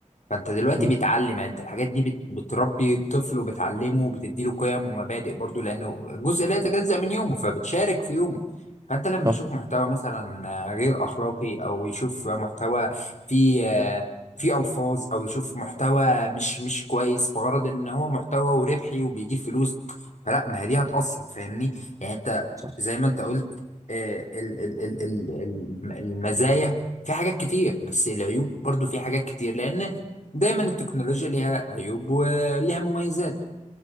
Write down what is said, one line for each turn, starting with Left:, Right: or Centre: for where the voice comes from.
Left: فانت دلوقتي
Right: مم.
Left: بيتعلم يعني انت الحاجات دي بت- بتربي الطفل وبتعلمه وبتديله قيم ومبادئ برضو لانه جزء لا يتجزأ من يومه فبتشارك في يومه فانت لما
Right: صح
Left: يشوف محتوى مثلا آه، غير اخلاقي او يشوف محتوى فيه آه، فيه الفاظ او يشوف محتوى مش مش كويس بغرض ان هو محتوى وربحي وبيجيب فلوس فلا ما هي دي هتأثر فاهمني يعني انت
Right: صح
Left: زي ما انت قلت آه، ال- ال- ال- ال- الم- المزايا في حاجات كتير بس العيوب برضو في حاجات كتير لان دايما التكنولوجيا ليها عيوب وليها مميزات